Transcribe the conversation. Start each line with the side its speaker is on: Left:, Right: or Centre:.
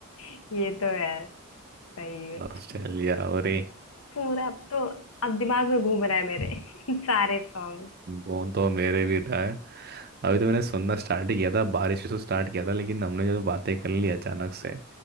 Left: ये तो यार सही है
Right: नॉस्टैल्जिया हो रही
Left: पूरा अब तो अब दिमाग में घूम रहा है मेरे <laughs> सारे सॉन्ग
Right: वो तो मेरे भी था है अभी तो मैंने सुनना स्टार्ट किया था बारिश से स्टार्ट किया था लेकिन हमने जो बातें कर ली अचानक से